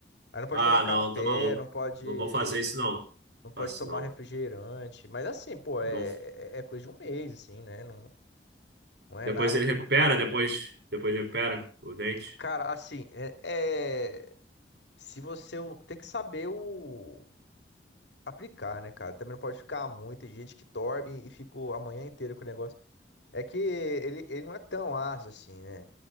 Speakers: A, on the left; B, on the right.
A: Aí não pode
B: Ah,
A: tomar café,
B: não, tá maluco.
A: não pode,
B: Não vou fazer isso, não.
A: não pode
B: Faço isso,
A: tomar
B: não.
A: refrigerante. Mas assim, pô,
B: Não.
A: é, é é coisa de um mês, assim, né? Não, não é
B: Depois
A: nada
B: ele
A: que.
B: recupera, depois, depois recupera o dente.
A: Cara, assim, é, é- se você o- tem que saber o aplicar, né, cara? Também não pode ficar muito. Tem gente que dorme e fica a manhã inteira com o negócio. É que ele, ele não é tão ácido assim, né?